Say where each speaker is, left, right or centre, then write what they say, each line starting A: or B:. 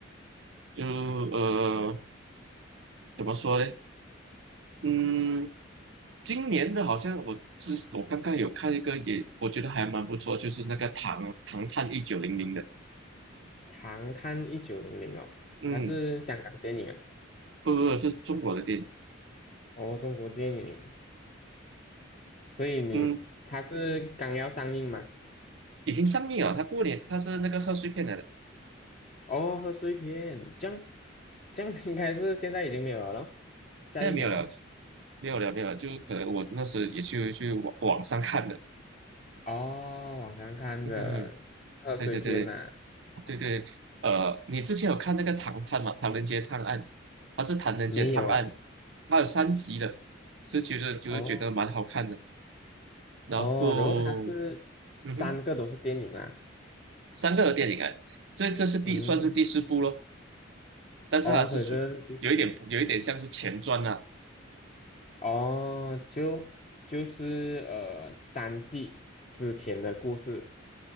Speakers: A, on the right (about 65°); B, on the left (about 35°).
A: 就呃怎么说呢？嗯，今年的好像我之我刚刚有看一个也，我觉得还蛮不错，就是那个唐《唐探一九零零》的。
B: 《唐探一九零零》哦，
A: 嗯，
B: 它是香港电影啊，
A: 不不不，这是中国的电影。
B: 哦，中国电影，所以你它是刚要上映嘛？
A: 嗯，已经上映了。它过年它是那个贺岁片来的，
B: 哦，贺岁片，这样这样应该是现在已经没有了咯下映了哦。
A: 现在没有了，没有了，没有了。就可能我那时也去去网网上看的。
B: 哦，网上看的贺岁片呐、
A: 嗯，对对对对。哦对对，呃，你之前有看那个《唐探》吗？《唐人街探案》，它是《唐人街探案》，
B: 没有诶。
A: 它有三集的，是觉得就是觉得蛮好看的。
B: 哦
A: 然后，
B: 哦，然后它是三个都是电影啊，
A: 嗯哼，三个电影啊，这这是第算是第四部咯，
B: 嗯，
A: 但是它是属于有一点有一点像是前传啊。
B: 哦，所以这是第四部，哦，就就是呃三季之前的故事，